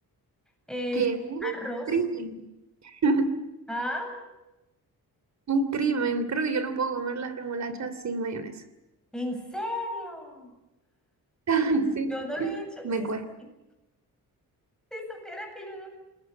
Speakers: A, in the centre; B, on the right.
A: Este,
B: ¿Qué?
A: arroz.
B: Crimen. <laughs>
A: ¿Ah?
B: Un crimen. Creo que yo no puedo comer las remolachas sin mayonesa.
A: ¿En serio?
B: <laughs> Sí,
A: Yo no le he hecho,
B: me
A: si,
B: cuesta.
A: supi- si supieras que yo no,